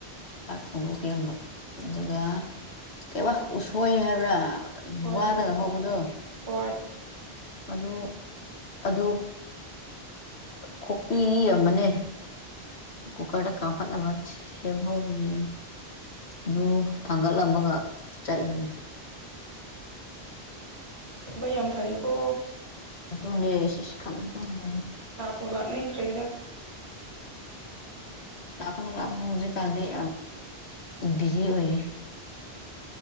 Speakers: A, on the left; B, on the right.
A: ꯆꯥꯛ ꯊꯣꯡꯗꯣꯛꯄꯤꯔꯝꯕ ꯑꯗꯨꯒ ꯀꯩꯕ ꯎꯁꯣꯏ ꯍꯥꯏꯕ꯭ꯔꯥ
B: ꯍꯣꯏ
A: ꯎ ꯋꯥꯗꯒ
B: ꯍꯣꯏ ꯍꯣꯏ
A: ꯍꯧꯕꯗꯣ
B: ꯍꯣꯏ
A: ꯑꯗꯨ ꯑꯗꯨ ꯈꯣꯛꯄꯤ ꯑꯃꯅꯦ ꯀꯨꯀꯔ ꯀꯥꯄꯠꯅꯕ ꯁꯦꯕꯥꯎꯖꯅ ꯑꯗꯨ ꯊꯥꯡꯒꯠꯂꯝꯃꯒ ꯆꯠꯂꯤꯅꯦ
B: ꯊꯕꯥꯥꯏ ꯌꯥꯝ ꯐꯥꯏꯀꯣ
A: ꯑꯗꯨꯅꯦꯁꯤꯦꯁ ꯈꯂꯔ ꯀ
B: ꯂꯥꯞꯄꯣꯂꯥꯛꯅ ꯀꯔꯤꯗ
A: ꯂꯥꯛꯀꯅꯅꯨꯡ ꯂꯥꯛꯀꯅꯨ ꯍꯧꯖꯤꯛ ꯀꯥꯟꯗꯩ ꯕꯤꯖꯤ ꯑꯣꯏ